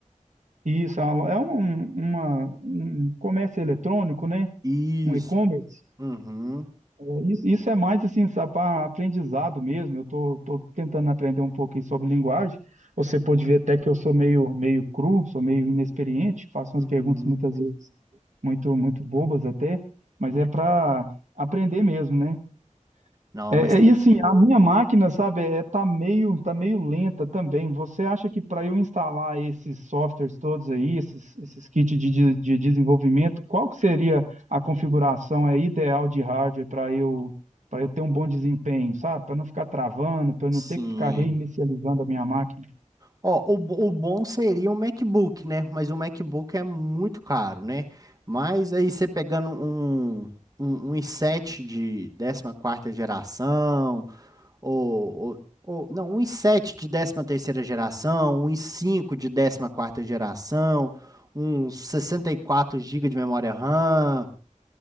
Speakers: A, on the right (about 65°); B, on the right (about 30°).
A: Isso, é uma, é um um, uma- um comércio eletrônico, né?
B: Isso.
A: Um e-commerce.
B: Uhum,
A: É, isso, isso é mais assim, para aprendizado mesmo. Eu tô, tô tentando aprender um pouquinho sobre linguagem. Você pode ver até que eu sou meio, meio cru, sou meio inexperiente, faço
B: uhum.
A: umas perguntas muitas vezes muito, muito bobas até, mas é para aprender mesmo, né?
B: Não,
A: É,
B: mas tá-
A: é- e assim, a minha máquina, sabe, é, tá meio, tá meio lenta também. Você acha que para eu instalar esses softwares todos aí, esses, esses kits de, de, de desenvolvimento, qual que seria a configuração é, ideal de hardware para eu, para eu ter um bom desempenho, sabe? Para não ficar travando, para
B: sim.
A: não ter que ficar reinicializando a minha máquina.
B: Ó, o, bo- o bom seria um MacBook, né? Mas o MacBook é muito caro, né? Mas aí você pegando um, um, um i7 de décima quarta geração ou, ou, ou- não, 1,7 de décima terceira geração, um i cinco de décima quarta geração, uns 64 gigas de memória RAM,